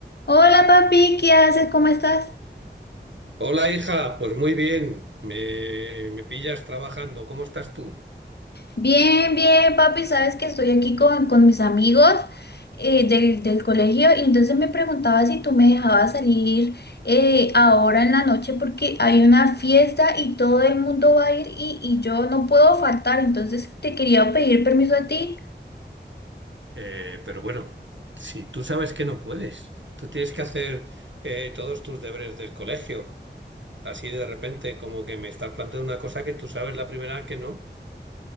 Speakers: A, on the left (about 60°); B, on the right (about 85°).
A: Hola papi, ¿qué haces? ¿Cómo estás?
B: Hola hija, pues muy bien, me, me pillas trabajando, ¿cómo estás tú?
A: Bien, bien, papi, sabes que estoy aquí con, con mis amigos eh, del, del colegio y entonces me preguntaba si tú me dejabas salir eh, ahora en la noche porque hay una fiesta y todo el mundo va a ir y, y yo no puedo faltar, entonces te quería pedir permiso a ti.
B: Eh, pero bueno, si tú sabes que no puedes, tú tienes que hacer eh, todos tus deberes del colegio, así de repente como que me estás planteando una cosa que tú sabes la primera vez que no.